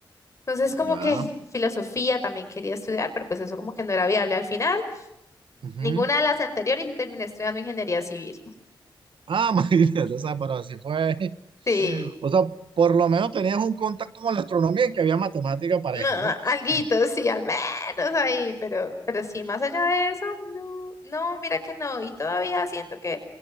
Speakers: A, on the left; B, on the right.
A: entonces como
B: ya.
A: que <laughs> filosofía también quería estudiar, pero pues eso como que no era viable al final.
B: ujú.
A: Ninguna de las anteriores y terminé estudiando ingeniería civil.
B: Ah, <laughs> imagínate, o sea, pero así fue.
A: Sí,
B: O sea, por lo menos tenías un contacto con la astronomía y que había matemática pareja,
A: ah,
B: ¿no?
A: alguito,
B: <laughs>
A: sí, al menos ahí, pero, pero sí, más allá de eso, no, no, mira que no. Y todavía siento que,